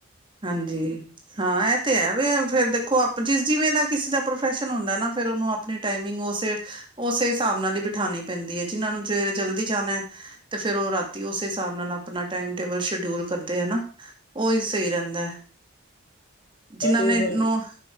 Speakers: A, on the right; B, on the left.
A: ਹਾਂਜੀ ਹਾਂ ਇਹ ਤੇ ਹੈ ਵੀ ਫਿਰ ਦੇਖੋ, ਆਪ ਜਿਸ ਜਿਵੇਂ ਦਾ ਕਿਸੇ ਦਾ ਪ੍ਰੋਫੈਸ਼ ਹੁੰਦਾ ਨਾ ਫ਼ਿਰ ਉਹਨੂੰ ਆਪਣੀ ਟਾਈਮਿੰਗ ਉਸੇ -ਉਸੇ ਹਿਸਾਬ ਨਾਲ ਹੀ ਬਿਠਾਣੀ ਪੈਂਦੀ ਹੈ ਜਿਹਨਾਂ ਨੂੰ ਜੇ ਜਲਦੀ ਜਾਣਾ, ਤੇ ਫੇਰ ਉਹ ਰਾਤੀ ਉਸ ਹਿਸਾਬ ਨਾਲ ਆਪਣਾ ਟਾਇਮ ਟੇਬਲ ਸ਼ਡਿਊਲ ਕਰਦੇ ਹੈ ਨਾ, ਉਹ ਇਸ ਰਹਿੰਦਾ, ਜਿੰਨਾਂ
B: ਹਾਂ ਤੇ
A: ਨੇ
B: ਸਰ
A: ਨੂੰ